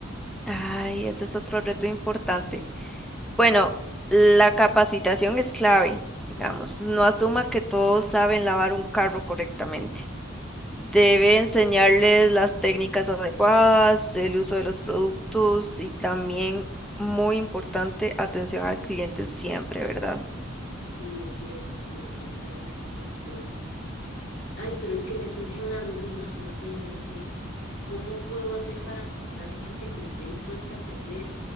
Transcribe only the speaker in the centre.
Ay, ese es otro reto importante. Bueno, la capacitación es clave, digamos.
No asuma que todos saben lavar un carro correctamente. Debe enseñarles las técnicas adecuadas, el uso de los productos y también, muy importante, atención al cliente siempre, ¿verdad?